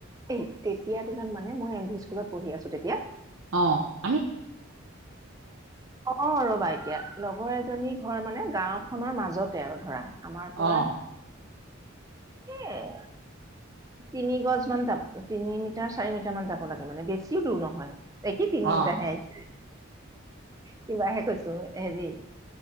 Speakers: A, on the right; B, on the right.
A: এ তেতিয়া দিনত মানে মই এল পি স্কুলত পঢ়ি আছো তেতিয়া
B: অহ
A: অ ৰবা এতিয়া লগৰ এজনী ঘৰ মানে গাওঁ খনৰ মাজতে আৰু ধৰা আমাৰ পৰা
B: অ
A: এহ তিনি গছ মান যাব তিনি মিটাৰ চাৰি মিটাৰ মান যাব লাগে মানে বেছিও দূৰ নহয়। এই কি তিনি
B: অ
A: মিটাৰহে আহিছে কিবাহে কৈছোঁ হেৰি